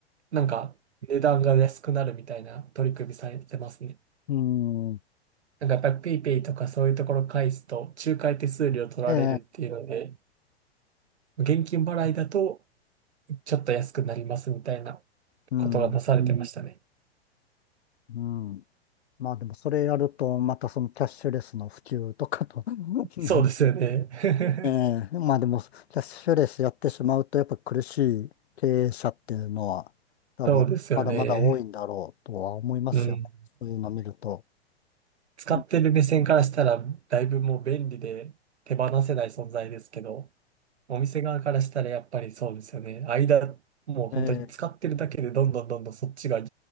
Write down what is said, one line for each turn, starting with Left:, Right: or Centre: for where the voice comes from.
Right: なんか値段が安くなるみたいな取り組みされてますね。
Left: うん。
Right: なんかやっぱりペイペイとかそういうところ返すと、仲介手数料取られるっていうので、
Left: ええ、
Right: 現金払いだとちょっと安くなりますみたいな
Left: うん、
Right: ことがなされてましたね。
Left: うん。まあでもそれやると、またそのキャッシュレスの普及とかと <laughs> ね、
Right: そうですよね。<laughs>
Left: ええ、まあでも、キャッシュレスやってしまうと、やっぱ苦しい経営者っていうのは、多分、
Right: そうですよね。
Left: まだまだ多いんだろうとは思いますよね。
Right: うん。
Left: そういうの見ると。
Right: 使ってる目線からしたら、
Left: ね
Right: だいぶもう便利で手放せない存在ですけど、お店側からしたらやっぱりそうですよね。間、もう本当に使ってるだけでどんどんどんどんそっちが、
Left: え